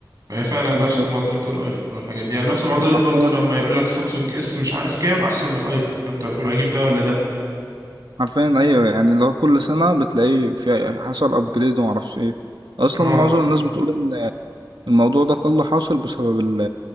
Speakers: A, on the right; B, on the right.
A: فهي فعلا نفس
B: بالظبط
A: معضله الايفون والحاجات دي يعني نفس معضله برضو
B: حرفيا
A: لما يقول لك سامسونج اس مش عارف كام احسن من الايفون فانت هتقول اجيب ده ولا ده
B: حرفيا ايوه
A: اه
B: يعني اللي هو كل سنة بتلاقيه في حصل ابجريد وما اعرفش ايه اصلا
A: اه
B: معظم الناس بتقول ان الموضوع ده قل حاصل بسبب ال